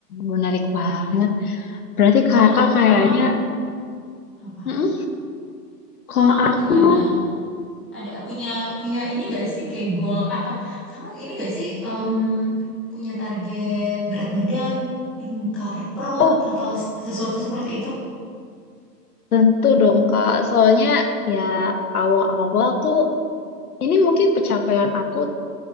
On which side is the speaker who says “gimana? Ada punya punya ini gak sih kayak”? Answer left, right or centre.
Centre